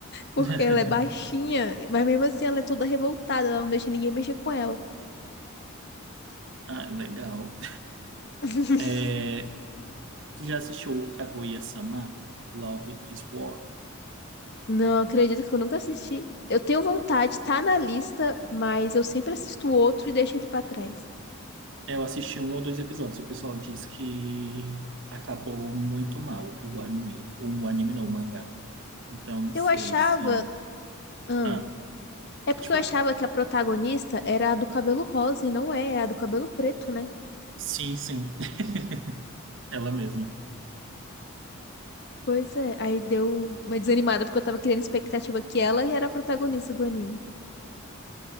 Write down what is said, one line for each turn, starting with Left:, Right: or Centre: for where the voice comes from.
Left: porque
Right: <laughs>
Left: ela é baixinha, mas mesmo assim ela é toda revoltada, ela não deixa ninguém mexer com ela.
Right: Ah, legal.
Left: <laughs>
Right: É... Tu já assistiu Kaguya-sama? Love is War?
Left: Não, acredito que eu nunca assisti. Eu tenho vontade, tá na lista, mas eu sempre assisto outro e deixo ele pra trás.
Right: Eu assisti um ou dois episódios. O pessoal diz que acabou muito mal o anime. O anime não, o mangá. Então não sei
Left: Eu achava.
Right: se.
Left: Ah,
Right: Ah,
Left: é
Right: pode
Left: porque
Right: falar.
Left: eu achava que a protagonista era a do cabelo rosa e não é, é a do cabelo preto, né?
Right: Sim, sim. <laughs> Ela mesma.
Left: Pois é, aí deu uma desanimada porque eu tava criando expectativa que ela era a protagonista do anime.